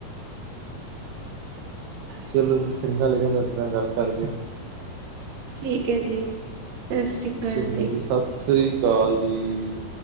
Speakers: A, on the right; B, on the right.
A: ਚਲੋ ਫਿਰ ਚੰਗਾ ਲੱਗਿਆ ਤੁਹਾਡੇ ਨਾਲ ਗੱਲ ਕਰਕੇ।
B: ਠੀਕ ਐ ਜੀ। ਸਤਿ ਸ੍ਰੀ ਅਕਾਲ
A: ਚੰਗਾ ਜੀ ਸਾਸਰੀ ਕਾਲ ਹੂੰ,